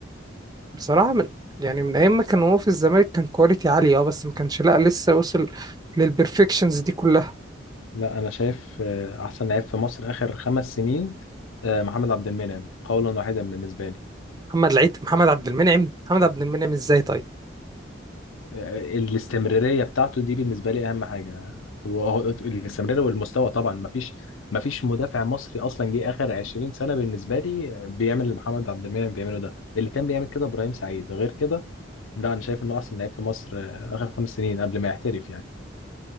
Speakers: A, on the right; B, on the left.
A: بصراحة من يعني من ايام ما كان هو في الزمالك كان كواليتي عالية اه بس ما كانش لا لسه وصل للبرفكشنز دي كلها
B: لا انا شايف آه، احسن لعيب في مصر اخر خمس سنين آه، محمد عبد المنعم قولا واحدا بالنسبه لي
A: محمد العيد محمد عبد المنعم محمد عبد المنعم ازاي طيب
B: الاستمرارية بتاعته دي بالنسبة لي أهم حاجة وهو الاستمرارية والمستوى طبعا مفيش مفيش مدافع مصري أصلا جه آخر 20 سنة بالنسبة لي بيعمل اللي محمد عبد المنعم بيعمله ده اللي كان بيعمل كده إبراهيم سعيد غير كده لا أنا شايف إنه أحسن لعيب في مصر آخر خمس سنين قبل ما يحترف يعني